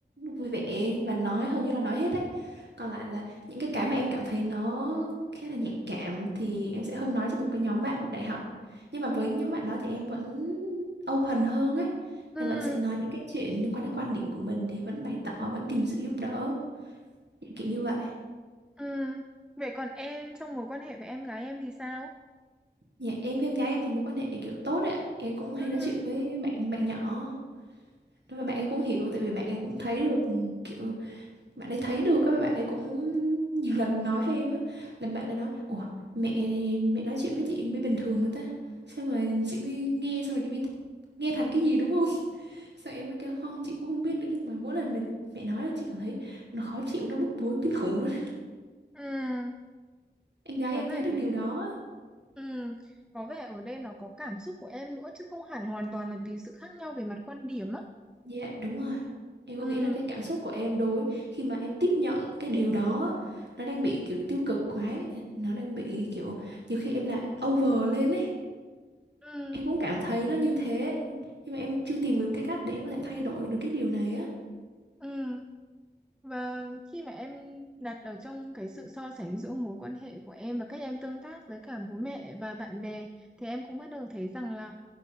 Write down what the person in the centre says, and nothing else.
ừ
ừ vậy còn em trong mối quan hệ với em gái em thì sao
ừ
ừ
có
vẻ
cái
ừ có vẻ ở đây nó có cảm xúc của em nữa chứ không hẳn hoàn toàn là vì sự khác nhau về mặt quan điểm á
ừ
ừ
ừ và khi mà em đặt ở trong cái sự so sánh giữa mối quan hệ của em và cách em tương tác với cả bố mẹ và bạn bè thì em cũng bắt đầu thấy rằng là